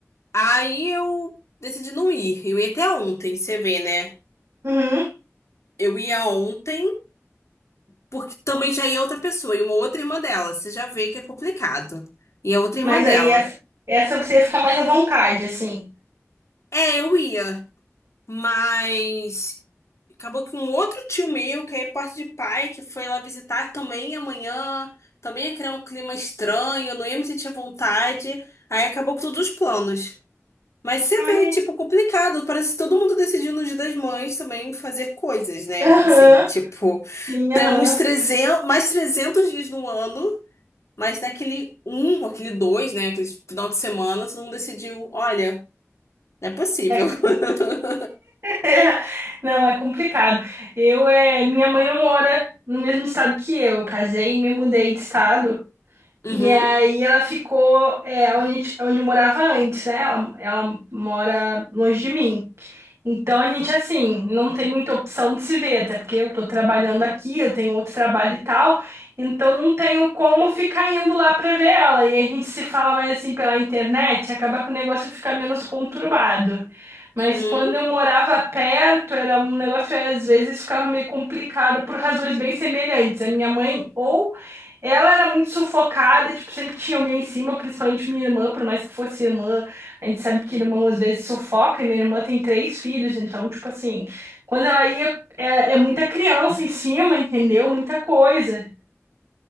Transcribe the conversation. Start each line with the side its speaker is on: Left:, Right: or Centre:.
Left: Aí eu decidi não ir. Eu ia até ontem, você vê, né?
Right: Uhum.
Left: Eu ia ontem, porque também já ia outra pessoa, e uma outra irmã dela. Você já vê que é complicado. E a outra irmã
Right: Mas
Left: dela.
Right: aí essa, essa você ia ficar mais à vontade, assim.
Left: É, eu ia, mas. Acabou que um outro tio meu, que é parte de pai, que foi lá visitar também amanhã, também ia criar um clima estranho, não ia me sentir à vontade. Aí acabou com todos os planos. Mas você
Right: Ai,
Left: vê, tipo, complicado. Parece que todo mundo decidiu no Dia das Mães também fazer coisas, né?
Right: Aham,
Left: Assim, tipo,
Right: sim, aham.
Left: temos 300 mais 300 dias no ano, mas daquele um, aquele dois, né? Aquele final de semana, todo mundo decidiu, olha, não é possível.
Right: É, <laughs>
Left: <laughs>
Right: é, não, é complicado. Eu, é, minha mãe não mora no mesmo estado que eu. Eu casei e me mudei de estado.
Left: Uhum,
Right: E aí ela ficou é, onde, a gente- onde eu morava antes, né? Ela, ela mora longe de mim. Então a gente assim, não tem muita opção de se ver, até porque eu tô trabalhando aqui, eu tenho outro trabalho e tal, então não tenho como ficar indo lá pra ver ela. E a gente se fala mais assim pela internet, acaba que o negócio fica menos conturbado. Mas
Left: uhum.
Right: quando eu morava perto, era um negócio que às vezes ficava meio complicado por razões bem semelhantes. A minha mãe ou ela era muito sufocada, tipo, sempre tinha alguém em cima, principalmente minha irmã, por mais que fosse irmã. A gente sabe que irmão às vezes sufoca, e minha irmã tem três filhos, então, tipo assim, quando ela ia, é, é muita criança em cima, entendeu? Muita coisa.